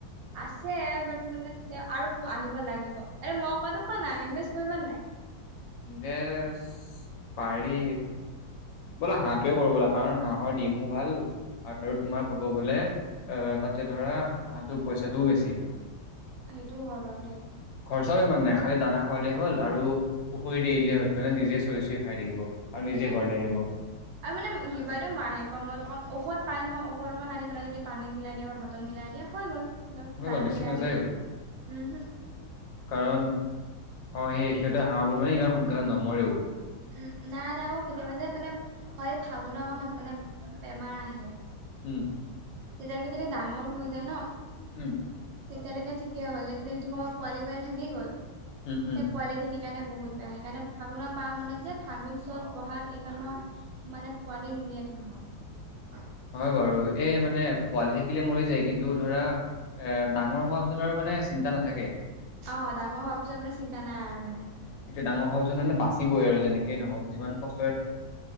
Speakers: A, on the right; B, on the left.
A: <unintelligible> আছে বাট মানে আৰু আনিব লাগিব আৰু মই কোৱাটো কোৱা নাই ইনভেষ্ট কৰিবা নে নাই
B: বেচ পাৰি বোলো হাঁহটোৱে কৰিব লাগে কাৰণ হাঁহ হাঁহৰ দিমো ভাল আৰু তোমাৰ ক'ব গ'লে এ তাতে ধৰা হাঁহটো পইচাটোও বেছি
A: সেইটোও হয় বাৰু দেই
B: খৰচাও ইমান নাই খালি দানা খাৱালে হ'ল আৰু পুখুৰীত এৰিলে হ'ল নিজে চৰি চৰি খাই থাকিব আৰু নিজে
A: তাকে
B: ঘৰলে আহিব
A: <unintelligible> পাই নহয় ঔষধ অকণ আনি পেলাই যদি পানীত মিলাই দিয়া বা ভাতত মিলাই দিয়া হৈ গ'ল
B: হৈ
A: দানা
B: গ'ল বেছি
A: মিলাই
B: নাযায়ও
A: দিলে উম হম্
B: কাৰণ অ সেই এ সিহঁতে হাঁহবোৰ মানে ইমান সোনকালে নমৰেও
A: উম নাই নাই অ কেতিয়াবা যে মানে হয় ফাগুনৰ মাহত মানে বেমাৰ আহে
B: উম
A: তেতিয়ালৈকে যদি ডাঙৰ হৈ যায় ন
B: উম
A: তেতিয়ালৈকে ঠিকেই হ'ল যদি সেইটো সময়ত পোৱালি পোৱালি থাকি গল সেই
B: উম উম
A: পোৱালি খিনিৰ কাৰণে বহুত বেয়া হে কাৰণে ফাগুনৰ মাহ মানত যে ফাগুন চত বহাগ এইখন মাহত মানে পোৱালি নলিয়াই থাকে চ <unintelligible> <inaudible>
B: হয় বাৰু এই মানে পোৱালি থাকিলে মৰি যায় কিন্তু ধৰা এ ডাঙৰ হোৱাৰ পিছত আৰু মানে মানে চিন্তা নাথাকে
A: অ ডাঙৰ হোৱাৰ পিছত মানে চিন্তা নাই আৰু মানে
B: সেইটো ডাঙৰ হোৱাৰ মানে বাচিবই আৰু যেনেকেই নহওক যিমান কষ্ট